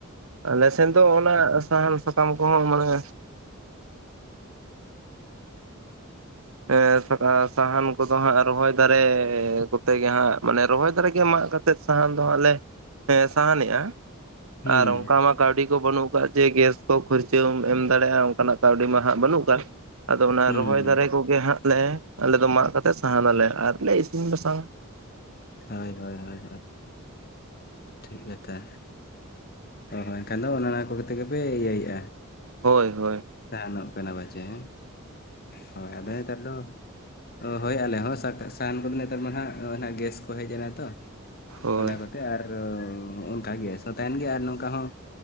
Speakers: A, on the right (about 75°); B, on the left (about 45°).
A: ᱟᱞᱮᱥᱮᱫ ᱫᱚ ᱚᱱᱟ ᱥᱟᱦᱟᱱ ᱥᱟᱠᱟᱢ ᱠᱚᱦᱚᱸ ᱢᱟᱱᱮ ᱮ ᱥᱟᱦᱟᱱ ᱠᱚᱫᱚ ᱦᱟᱸᱜ ᱨᱚᱦᱚᱭ ᱫᱟᱨᱮ ᱠᱚᱛᱮ ᱜᱮ ᱦᱟᱸᱜ ᱢᱟᱱᱮ ᱨᱚᱦᱚᱭ ᱫᱟᱨᱮ ᱜᱮ ᱢᱟᱜ ᱠᱟ ᱛᱮᱜ ᱥᱟᱦᱟᱱ ᱫᱚ ᱦᱟᱸᱜ ᱞᱮ ᱥᱟᱦᱟᱱᱮᱜᱼᱟ
B: ᱦᱩᱸ
A: ᱟᱨ ᱚᱱᱠᱟ ᱢᱟ ᱠᱟᱹᱣᱰᱤ ᱠᱚ ᱵᱟᱹᱱᱩᱜ ᱟᱠᱟᱫ ᱡᱮ ᱜᱮᱥ ᱠᱚ ᱠᱷᱚᱨᱪᱟᱹᱢ ᱮᱢ ᱫᱟᱲᱮᱭᱟᱜᱼᱟ ᱚᱱᱠᱟᱱᱟᱜ ᱠᱟᱹᱣᱰᱤ ᱢᱟ ᱦᱟᱸᱜ ᱵᱟᱹᱱᱩᱜ ᱟᱠᱟᱫ ᱟᱫᱚ ᱚᱱᱟ
B: ᱦᱩᱸ
A: ᱨᱚᱦᱚᱭ ᱫᱟᱨᱮ ᱠᱚ ᱜᱮ ᱦᱟᱸᱜ ᱞᱮ ᱟᱞᱮ ᱫᱚ ᱢᱟᱜ ᱠᱟᱛᱮ ᱥᱟᱦᱟᱱᱟᱞᱮ ᱟᱨ ᱞᱮ ᱤᱥᱤᱱ ᱵᱟᱥᱟᱝᱟ
B: ᱦᱳᱭ ᱦᱳᱭ ᱦᱳᱭ ᱴᱷᱤᱠ ᱠᱟᱛᱷᱟ ᱦ ᱦᱳ ᱮᱱᱠᱷᱟᱱ ᱫᱚ ᱚᱱ ᱚᱱᱟ ᱠᱚᱜᱮ ᱛᱮᱜᱮ ᱯᱮ ᱤᱭᱟᱹᱭᱮᱫᱼᱟ
A: ᱦᱳᱭ ᱦᱳᱭ
B: ᱛᱟᱦᱮᱱᱚᱜ ᱠᱟᱱᱟ ᱯᱟᱪᱮ ᱦᱮᱸ ᱦᱳᱭ ᱟᱫᱚ ᱦᱮᱛᱟᱨ ᱫᱚ ᱦᱳᱭ ᱦᱳᱭ ᱟᱞᱮ ᱦᱚᱸ ᱥᱟᱦᱟᱱ ᱠᱚᱫᱚ ᱱᱮᱛᱟᱨ ᱢᱟ ᱱᱟᱜ ᱚᱱᱟ ᱜᱮᱥ ᱠᱚ ᱦᱮᱡ ᱮᱱᱟ ᱛᱚ
A: ᱦᱳᱭ
B: ᱚᱱᱟ ᱠᱚᱛᱮ ᱟᱨ ᱚᱱᱠᱟ ᱜᱮᱥ ᱦᱚᱸ ᱛᱟᱦᱮᱱ ᱜᱮ ᱟᱨ ᱱᱚᱝ ᱚᱠᱟᱦᱚ